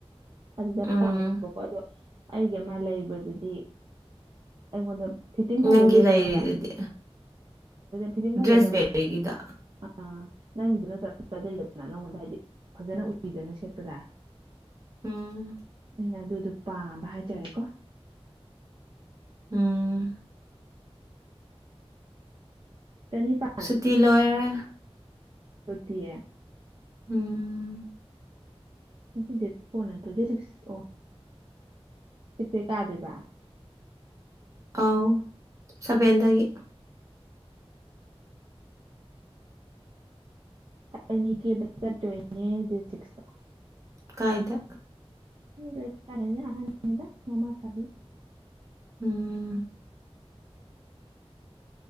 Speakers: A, on the right (about 50°); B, on the right (about 30°).
A: ꯑꯗꯨꯗ
B: ꯎꯝ
A: ꯄꯥꯝꯃꯦꯕꯀꯣ ꯑꯗꯣ ꯑꯩꯒꯤ ꯑꯃ ꯂꯩꯕꯗꯨꯗꯤ ꯑꯩꯉꯣꯟꯗ ꯐꯤꯠꯇꯤꯡ ꯐꯖꯗꯦ
B: ꯅꯪꯒꯤ ꯂꯩꯔꯤꯗꯨꯗꯤ
A: ꯈꯪꯕ꯭ꯔꯥ ꯐꯤꯠꯇꯤꯡ ꯐꯖꯗꯕ
B: ꯗ꯭ꯔꯦꯁ ꯕꯦꯔꯤꯒꯤꯗꯣ
A: ꯑꯥ ꯅꯪꯒꯤꯗꯨꯅ ꯆꯥꯞ ꯆꯥꯖꯩꯗꯅ ꯅꯪꯉꯣꯟꯗ ꯍꯥꯏꯗꯤ ꯐꯖꯅ ꯎꯏꯗꯅ ꯁꯦꯠꯄꯗ
B: ꯎꯝ
A: ꯑꯗꯨꯅ ꯑꯗꯨꯗꯣ ꯄꯥꯝꯕ ꯍꯥꯏꯇꯥꯔꯦꯀꯣ
B: ꯎꯝ
A: ꯆꯅꯤꯄꯥꯟ
B: ꯁꯨꯇꯤ ꯂꯣꯏꯔꯦ
A: ꯁꯨꯇꯤ
B: ꯎꯝ
A: ꯉꯁꯤ ꯗꯦꯠ ꯐꯣꯔ ꯅꯠꯇ꯭ꯔꯣ ꯗꯦ ꯁꯤꯛꯁ ꯑꯣ ꯁꯤꯛꯁꯇꯦ ꯀꯥꯗꯣꯏꯕ
B: ꯑꯣ ꯁꯥꯕꯦꯟꯗꯒꯤ
A: ꯑꯩ ꯃꯤ ꯀꯦꯕꯥ ꯆꯠꯇꯧꯔꯤꯅꯦ ꯗꯦꯠ ꯁꯤꯛꯁꯇꯥ
B: ꯀꯥꯏꯗ
A: ꯑꯈꯣꯏ ꯂꯩꯀꯥꯏꯅꯤꯗ ꯑꯍꯟꯅꯤꯗ ꯃꯃꯥ ꯁꯕꯤ
B: ꯎꯝ